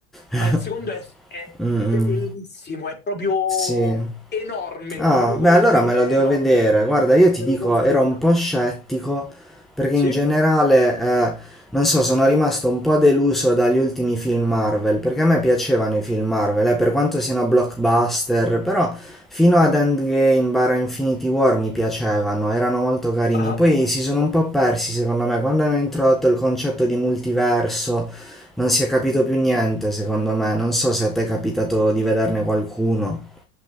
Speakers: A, on the left; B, in the centre.
A: Ma
B: <laughs>
A: il secondo è, è
B: Mm, mm,
A: bellissimo, è proprio
B: sì.
A: enorme,
B: Ah,
A: proprio come
B: beh, allora
A: film
B: me la
A: è
B: devo
A: enorme.
B: vedere. Guarda, io ti
A: Te
B: dico,
A: lo consiglio.
B: ero un po' scettico perché
A: Sì?
B: in generale, eh, non so, sono rimasto un po' deluso dagli ultimi film Marvel, perché a me piacevano i film Marvel, eh, per quanto siano blockbuster, però fino ad Endgame barra Infinity War mi piacevano, erano molto carini.
A: Ah.
B: Poi si sono un po' persi, secondo me, quando hanno introdotto il concetto di multiverso, non si è capito più niente, secondo me. Non so se a te è capitato di vederne qualcuno.